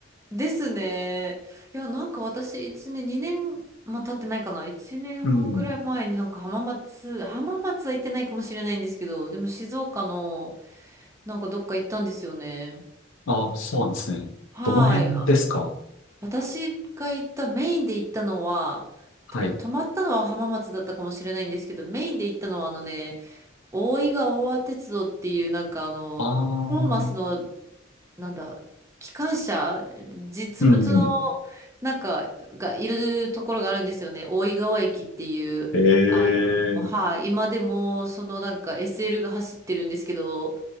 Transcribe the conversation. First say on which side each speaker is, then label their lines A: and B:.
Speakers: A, on the right; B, on the left.
A: ですね。いや、なんか私、1年、2年も経ってないかな。1年半ぐらい前になんか浜松、
B: うん。
A: 浜松は行ってないかもしれないんですけど、でも静岡のなんかどっか行ったんですよね。
B: ああ、そうなんですね。
A: はい。
B: どの辺ですか
A: 私が行ったメインで行ったのは多分泊まったのは浜松だったかもしれないんですけどメインで行ったのはあのね
B: はい。
A: 大井川大和鉄道っていうなんかあのトーマスの
B: ああ。
A: なんだ機関車実物の
B: うんうん。
A: なんかがいるところがあるんですよね大井川駅っていうあの、
B: ええ
A: はい、今でもそのなんか SL が走ってるんですけど